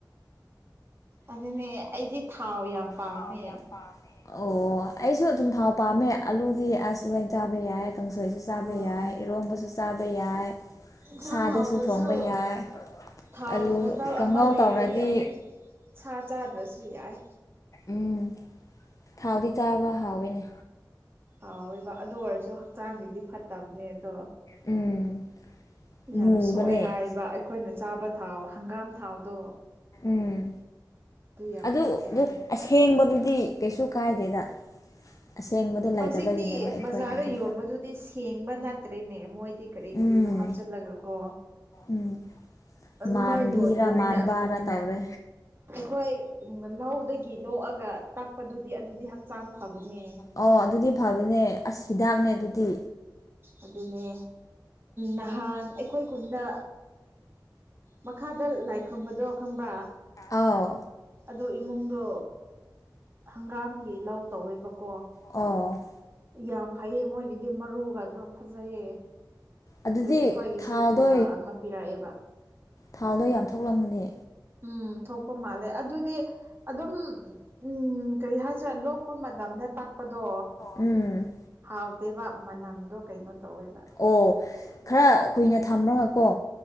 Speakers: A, on the right; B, on the left.
A: ꯑꯗꯨꯅꯦ ꯑꯩꯗꯤ ꯊꯥꯎ ꯌꯥꯝ ꯄꯥꯝꯃꯦ
B: ꯊꯥꯎ ꯌꯥꯝꯝ ꯑꯣ ꯑꯩꯁꯨ ꯑꯗꯨꯝ ꯊꯥꯎ ꯄꯥꯝꯃꯦ ꯑꯥꯂꯨꯗꯤ ꯑꯁ ꯂꯥꯏ ꯆꯥꯕ ꯌꯥꯏ ꯀꯥꯡꯁꯣꯏꯁꯨ ꯆꯥꯕ
A: ꯑꯥ
B: ꯌꯥꯏ ꯏꯔꯣꯝꯕꯁꯨ ꯆꯥꯕ ꯌꯥꯏ
A: ꯏꯟꯁꯥꯡ
B: ꯁꯥꯗꯁꯨ
A: ꯍꯥꯎꯗ꯭ꯔꯁꯨ
B: ꯊꯣꯡꯕ ꯌꯥꯏ
A: ꯊꯥꯎ
B: ꯑꯂꯨ
A: ꯕꯣꯇꯜ
B: ꯀꯥꯡꯉꯧ
A: ꯑꯃ ꯂꯩꯔꯗꯤ
B: ꯇꯧꯔꯗꯤ
A: ꯑꯗꯨꯝ ꯁꯥ ꯆꯥꯗ꯭ꯔꯁꯨ ꯌꯥꯏ
B: ꯎꯝ ꯊꯥꯎꯗꯤ ꯆꯥꯕ ꯍꯥꯎꯋꯦꯅꯦ
A: ꯍꯥꯎꯋꯦꯕ ꯑꯗꯨ ꯑꯣꯏꯔꯁꯨ ꯍꯛꯆꯥꯡꯒꯤꯗꯤ ꯐꯠꯇꯕꯅꯦ ꯑꯗꯣ
B: ꯎꯝ ꯃꯨꯕꯅꯦ
A: ꯌꯥꯝ ꯁꯣꯛꯑꯦ ꯍꯥꯏꯕ ꯑꯩꯈꯣꯏꯅ ꯆꯥꯕ ꯊꯥꯎ ꯍꯪꯒꯥꯝ ꯊꯥꯎꯗꯣ
B: ꯎꯝ
A: ꯌꯥꯝ
B: ꯑꯗꯨ
A: ꯐꯠꯇꯦ
B: ꯑꯗꯨ
A: ꯍꯥꯏ
B: ꯑꯁꯦꯡꯕꯗꯨꯗꯤ ꯀꯩꯁꯨ ꯀꯥꯏꯗꯦꯗ
A: ꯎꯝ
B: ꯑꯁꯦꯡꯕꯗꯣ ꯂꯩꯇꯕꯒꯤꯅꯦꯕ
A: ꯍꯧꯖꯤꯛꯇꯤ
B: ꯑꯩꯈꯣꯏꯒꯤꯁꯨ
A: ꯕꯖꯥꯔꯗ ꯌꯣꯟꯕꯗꯨꯗꯤ ꯁꯦꯡꯕ ꯅꯠꯇ꯭ꯔꯦꯅꯦ ꯃꯣꯏꯗꯤ ꯀꯔꯤ ꯀꯔꯤꯅꯣ
B: ꯎꯝ
A: ꯍꯥꯞꯆꯜꯂꯒ ꯀꯣ
B: ꯎꯝ
A: ꯑꯗꯨꯃꯥꯏꯅ
B: ꯃꯥꯟꯕꯤꯔ
A: ꯌꯣꯟꯕꯅꯤꯅ
B: ꯃꯥꯟꯕꯥꯟꯕꯔꯥ ꯇꯧꯔꯦ
A: ꯑꯩꯈꯣꯏ ꯎ ꯂꯧꯗꯒꯤ ꯂꯣꯛꯑꯒ ꯇꯥꯛꯄꯗꯨꯗꯤ ꯑꯗꯨꯗꯤ ꯍꯛꯆꯥꯡ ꯐꯕꯅꯦ
B: ꯑꯣ ꯑꯗꯨꯗꯤ ꯐꯕꯅꯦ ꯑꯁ ꯍꯤꯗꯥꯛꯅꯦ ꯑꯗꯨꯗꯤ
A: ꯑꯗꯨꯅꯦ ꯅꯍꯥꯟ ꯑꯩꯈꯣꯏ ꯈꯨꯟꯗ ꯃꯈꯥꯗ ꯂꯥꯏ ꯈꯨꯔꯨꯝꯝꯕꯗꯣ ꯈꯪꯕ꯭ꯔ
B: ꯑꯥꯎ
A: ꯑꯣ ꯏꯃꯨꯡꯗꯣ ꯍꯪꯒꯥꯝꯒꯤ ꯂꯧ ꯇꯧꯋꯦꯕꯀꯣ
B: ꯑꯣ
A: ꯌꯥꯝ ꯐꯩꯌꯦ ꯃꯣꯏꯒꯤꯗꯤ ꯃꯔꯨꯒ ꯑꯗꯨꯝ ꯐꯖꯩꯌꯦ
B: ꯑꯗꯨꯗꯤ
A: ꯑꯗꯨ ꯑꯩꯈꯣꯏꯒꯤꯁꯨ
B: ꯊꯥꯎꯗꯣ
A: ꯕꯣꯇꯥꯜ ꯑꯃ ꯄꯤꯔꯛꯑꯦꯕ
B: ꯊꯥꯗꯣ ꯌꯥꯝ ꯊꯣꯛꯂꯝꯒꯅꯤ
A: ꯎꯝ ꯊꯣꯛꯄ ꯃꯥꯜꯂꯦ ꯑꯗꯨꯗꯤ ꯑꯗꯨꯝ ꯎꯝ ꯀꯔꯤ ꯍꯥꯏꯁꯤꯔꯥ ꯂꯣꯛꯄ ꯃꯇꯝꯗ ꯇꯥꯛꯄꯗꯣ
B: ꯎꯝ
A: ꯍꯥꯎꯗꯦꯕ ꯃꯅꯝꯗꯣ ꯀꯩꯅꯣ ꯇꯧꯋꯦꯕ
B: ꯑꯣ ꯈꯔ ꯀꯨꯏꯅ ꯊꯝꯕꯣꯒꯀꯣ